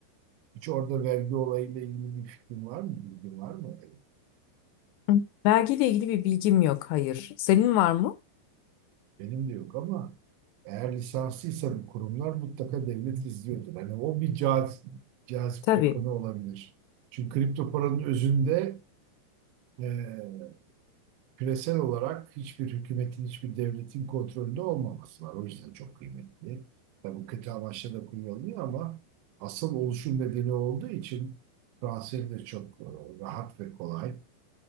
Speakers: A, on the right; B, on the left.
A: Hiç orada vergi olayıyla ilgili bir fikrin var mı? Bilgin var mı?
B: Hı. Vergiyle ilgili bir bilgim yok. Hayır. Senin var mı?
A: Benim de yok ama eğer lisanslıysa bu kurumlar mutlaka devlet izliyordur. Hani o bir caz, cazip
B: Tabii.
A: bir konu olabilir. Çünkü kripto paranın özünde e, küresel olarak hiçbir hükümetin, hiçbir devletin kontrolünde olmaması var. O yüzden çok kıymetli. Tabii kötü amaçla da kullanılıyor ama asıl oluşum nedeni olduğu için transferi de çok e, rahat ve kolay.